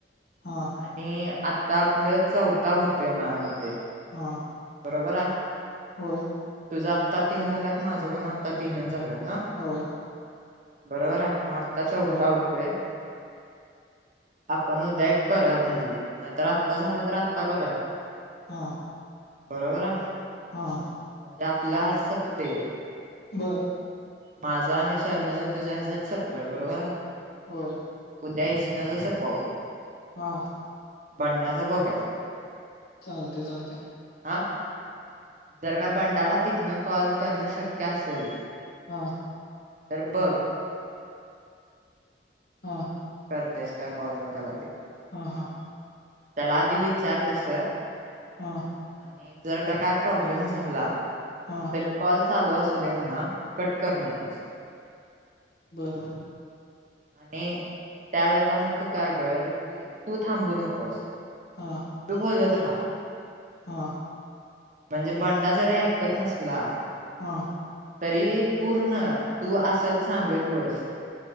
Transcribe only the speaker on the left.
हा.
हा.
होय.
होय
होय
हा.
हा.
बरं.
होय.
हा.
चालतय, चालतय.
हा.
हा.
हा, हा.
हा.
हा.
बरबर.
हा
हा
हा.